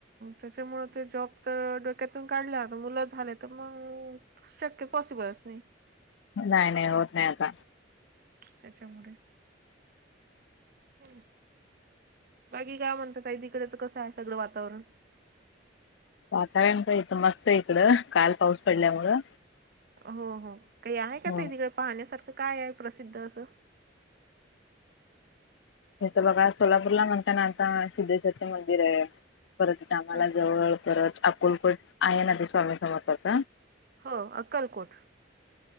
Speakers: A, on the right (about 50°); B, on the left (about 70°).
A: त्याच्यामुळ ते जॉबच डोक्यातून काढल अन मुलं झाले तर मंग शक्य पॉसिबलच नाही.
B: नाही नाही होत नाही आता.
A: त्याच्यामुळे. हम्म. बाकी काय म्हणता ताई तिकडे कसं आहे सगळं वातावरण?
B: वातावरण तर इथं मस्त इकडं काल पाऊस पडल्यामुळं.
A: हो हो काही आहे का
B: हो
A: ते तिकडे पाहण्यासारखं काय आहे प्रसिद्ध असं?
B: हे तर बघा सोलापूरला म्हणता ना आता सिद्धेश्वरं मंदिर आहे परत आम्हाला
A: हा
B: जवळ परत अक्कलकोट आहे ना ते स्वामी समर्थाच
A: हो अक्कलकोट